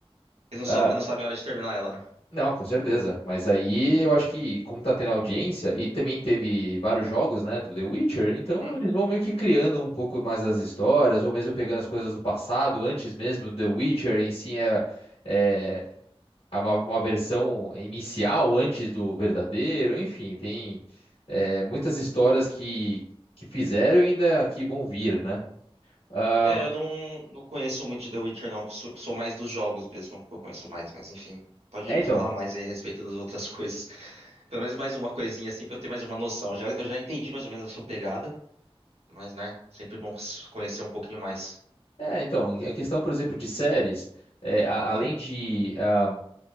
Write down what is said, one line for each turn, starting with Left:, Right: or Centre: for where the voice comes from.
Right: Eles não,
Left: Ah,
Right: soube- não sabem a hora de terminar ela, né?
Left: não, com certeza. Mas aí eu acho que, como tá tendo audiência, e também teve vários jogos, né, do The Witcher, então
Right: Uhum.
Left: eles vão meio que criando um pouco mais as histórias, ou mesmo pegando as coisas do passado, antes mesmo do The Witcher em si é. é, é uma, uma versão inicial antes do verdadeiro, enfim, tem é, muitas histórias que, que fizeram e ainda que vão vir, né? Ah,
Right: É, eu não, não conheço muito de The Witcher, não. Sou, sou mais dos jogos mesmo, que eu conheço mais, mas enfim. Pode
Left: é, então,
Right: falar mais aí a respeito das outras <laughs> coisas. Pelo menos mais uma coisinha assim pra eu ter mais uma noção. Já, eu já entendi mais ou menos a sua pegada, mas né, sempre bom s- conhecer um pouquinho mais.
Left: é, então, a questão, por exemplo, de séries, é, a- além
Right: Uhum.
Left: de, ah,